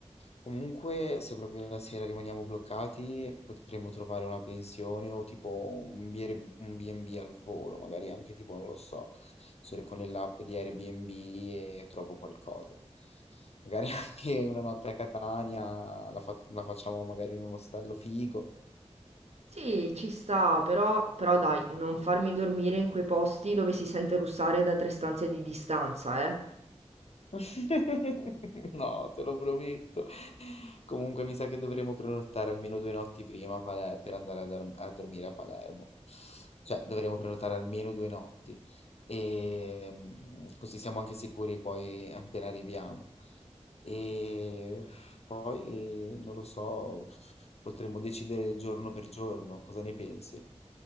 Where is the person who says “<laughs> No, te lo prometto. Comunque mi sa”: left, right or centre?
Left